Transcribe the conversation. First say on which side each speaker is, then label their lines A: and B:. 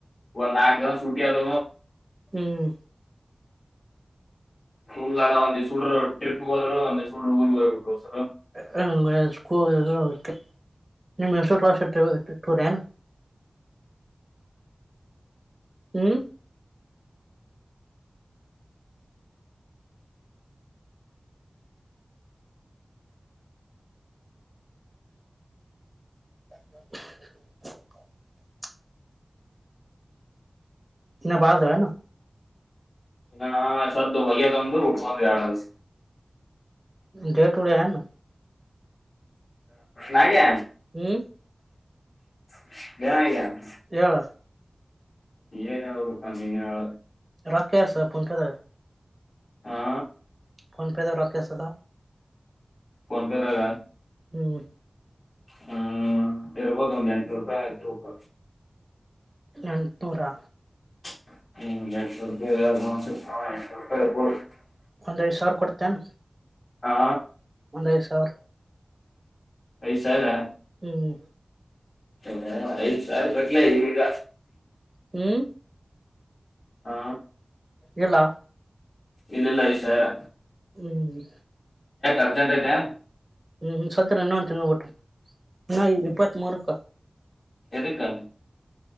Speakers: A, on the left; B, on the right.
A: ನಾಕ ಸುಟ್ಟಿಯಾದ
B: ಹ್ಮ್
A: ತುಂಗ್ ಸೂಡ್ರ ಟ್ರಿಪ್ ಹೋದ್ರುಂದ ಸೂಡ್ರ ಊರಿಗೆ <unintelligible>
B: ಹ್ಮ ಸ್ಕೂಲು ಮತ್ತೆ <unintelligible> ನೀ ಮಸ <unintelligible> ಏನ್ ಹ್ಮ್ <inaudible> ಇನ್ನ ಬಾಲದವೇನು
A: ಹಾ <unintelligible>
B: ಡೇ ಟು ಡೇ ಅನ್ನು
A: ನಾಗ್ಯ
B: ಹ್ಮ್
A: ಜನ <unintelligible>
B: ಹೇಳ
A: ಏನಾಲನಪ ನೀಹೇಳ
B: ರಾಕೇಶಪುಂಕದ
A: ಹಾ
B: ಫೋನ್ಪೆನಾಗ ರೊಕ್ಕೆಸದ
A: ಫೋನ್ಪೆನಾಗ
B: ಹ್ಮ್
A: ಹ್ಮ ಬೇರೆ ಹೋದು ಒಂದ್ ಎಂಟನೂರು ರೂಪಾಯಿ ಆಯ್ತ ರೊಕ್ಕ
B: ಎಂಟ್ನೂರ
A: ಹ್ಮ ರೆಂಟ್ನೂರು <unintelligible> ಸಮತ
B: ಒಂದ್ ಐದು ಸಾವಿರ ಕೊಡ್ತೇನ
A: ಹಾ
B: ಐದ್ಸಾವ್ರ
A: ಐದು ಸಾವಿರ
B: ಹ್ಮ್
A: ಹ ಐದ ಸಲ್ ಬಟ್ಲ ಈಗ
B: ಹ್ಮ್
A: ಹಾ
B: ಇಲ್ಲ
A: ಇಲ್ಲಿಲ್ಲ ಐದ್ಸಾವ್ರ
B: ಹ್ಮ್
A: ಅರ್ಜೆಂಟ್ ಐತಾ
B: ಹ್ಮ್ ಸದ ಇನ್ನೊಂದು ತಿಂಗಳು ಬಿಟ್ಟು ಇನ್ನ ಇಪ್ಪತ್ತ್ ಮೂರುಕ್ಕ
A: ಎದಕ್ಕಾ